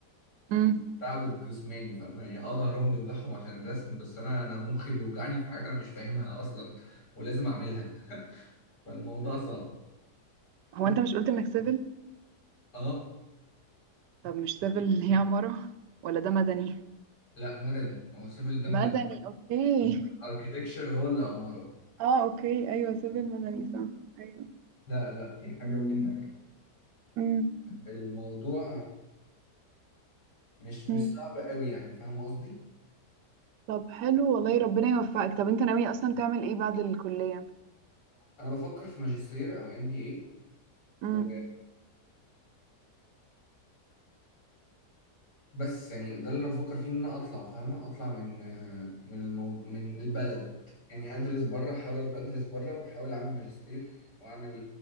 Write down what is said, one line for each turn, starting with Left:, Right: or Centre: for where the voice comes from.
Right: امم
Left: التعب الجسماني فاهم يعني أه ظهرهم بيوجعهم عشان الرسم بس أنا أنا مخي بيوجعني في حاجات أنا مش فاهمها أصلا ولازم أعملها فالموضوع صعب
Right: هو أنت مش قلت إنك سيفل
Left: أه
Right: طب مش سيفل اللي هي عمارة ولا ده مدني
Left: لا مدني ما هو السيفل ده
Right: مدني
Left: مدني
Right: أوكي
Left: أركيتكشر هو اللي عمارة
Right: اه أوكي أيوة سيفل مدني
Left: مم.
Right: صح أيوة
Left: لا لا دي حاجة ودي حاجة
Right: امم
Left: الموضوع مش مش
Right: أمم.
Left: صعب قوي يعني فاهم قصدي؟
Right: طب حلو والله ربنا يوفقك طب أنت ناوي أصلا تعمل إيه بعد الكلية
Left: أنا بفكر في ماجستير أو ام بي
Right: امم
Left: و بس يعني ده اللي انا بفكر فيه ان انا اطلع فاهمه اطلع من من المو... من البلد يعني ادرس بره احاول ابقى ادرس بره واحاول اعمل ماجستير واعمل